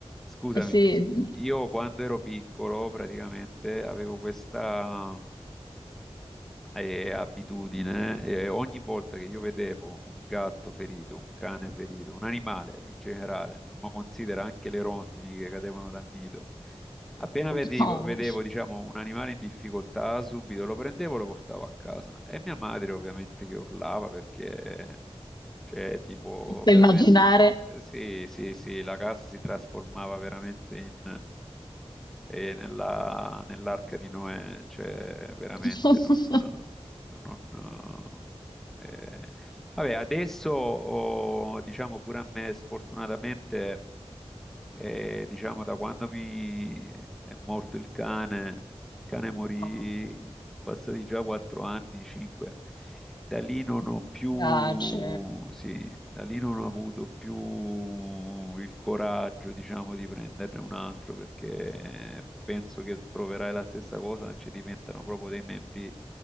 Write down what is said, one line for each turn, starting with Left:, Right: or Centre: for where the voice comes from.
Centre: scusami.
Left: eh sì,
Centre: Io quando ero piccolo praticamente avevo questa eh, abitudine, eh, ogni volta che io vedevo un gatto ferito, un cane ferito, un animale in generale, ma considera anche le rondini che cadevano dal nido, appena vedevo,
Left: no,
Centre: vedevo, diciamo, un animale in difficoltà, subito lo prendevo e lo portavo a casa. E mia madre ovviamente che urlava perché... Cioè, tipo,
Left: posso
Centre: veramente,
Left: immaginare.
Centre: eh, sì, sì, sì, la casa si trasformava veramente in, eh, e nella- nell'arca di Noè, cioè veramente
Left: <laughs>
Centre: non... non eh, vabbè, adesso oh, diciamo pure a me sfortunatamente, eh, diciamo da quando mi è morto il cane, il cane morì,
Left: Oh,
Centre: sono passati già quattro anni, cinque. Da lì non
Left: mi
Centre: ho più,
Left: piace.
Centre: sì, da lì non ho avuto più il coraggio, diciamo, di prenderne un altro perché penso che proverai la stessa cosa, ci diventano proprio dei membri